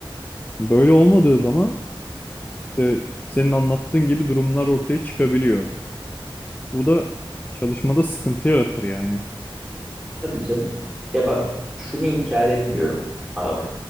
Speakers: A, on the left; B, in the centre.
A: Böyle olmadığı zaman işte senin anlattığın gibi durumlar ortaya çıkabiliyor. Bu da çalışmada sıkıntı yaratır yani.
B: Tabii canım. Ya bak şunu inkar etmiyorum abi.